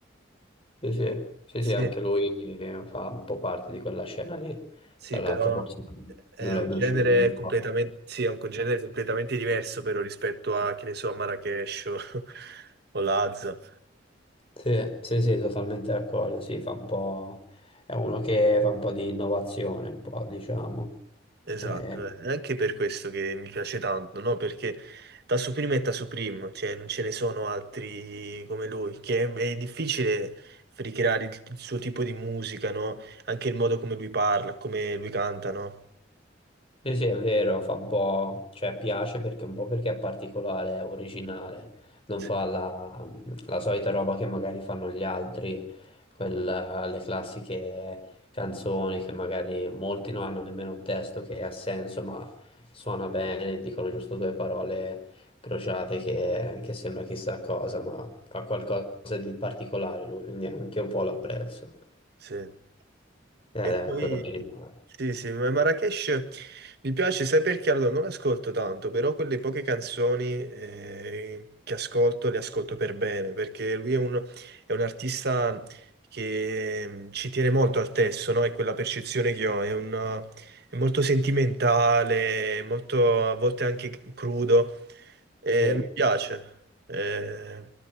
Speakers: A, on the left; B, on the right.
A: sì, sì, sì,
B: Sì,
A: sì, anche lui fa un po' parte di quella scena lì,
B: sì,
A: tra l'altro
B: però
A: forse
B: è
A: dovrebbe
B: un genere
A: uscire. lui.
B: completamente, sì, è un genere completamente diverso però rispetto a, che ne so, a Marrakesh o, <laughs> o Lazza.
A: Sì, sì, sì, totalmente d'accordo, sì, fa un po'... è uno che fa un po' di innovazione, un po', diciamo.
B: Esatto,
A: Eh,
B: eh. è anche per questo che mi piace tanto, no? Perché da Supreme è da Supreme, cioè non ce ne sono altri come lui, che è, è difficile ricreare il, il suo tipo di musica, no? Anche il modo come lui parla, come lui canta, no?
A: Sì, sì, è vero, fa un po', cioè piace perché un po' perché è particolare, è originale, non
B: Sì,
A: fa la, la solita roba che magari fanno gli altri, quel- le classiche canzoni che magari molti non hanno nemmeno un testo che ha senso, ma suona bene, dicono giusto due parole crociate che, che sembra chissà cosa, ma fa qualcosa di particolare lui, quindi anche un po' l'apprezzo,
B: sì.
A: ed
B: E
A: è
B: poi
A: quello che rimane.
B: sì, sì, ma Marrakesh mi piace, sai perché? Allora, non ascolto tanto, però quelle poche canzoni eh, che ascolto le ascolto per bene, perché lui è un, è un artista che mm, ci tiene molto al testo, no? È quella percezione che ho, è, un- è molto sentimentale, è molto a volte anche crudo, e
A: Sì.
B: mi piace. Eh,